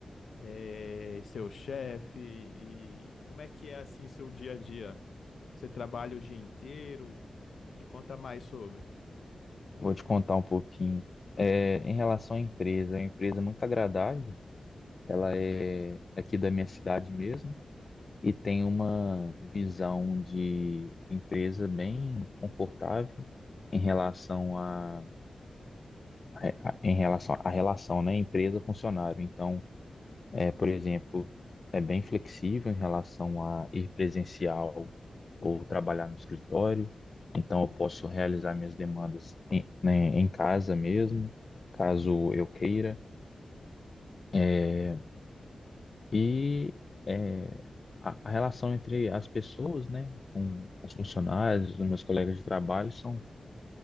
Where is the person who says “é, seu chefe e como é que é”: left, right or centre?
Left